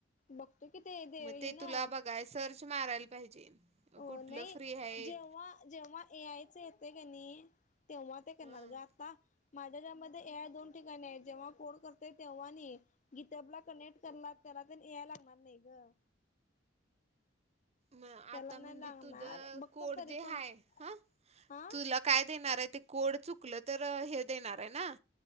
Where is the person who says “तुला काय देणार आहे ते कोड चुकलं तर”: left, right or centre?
Right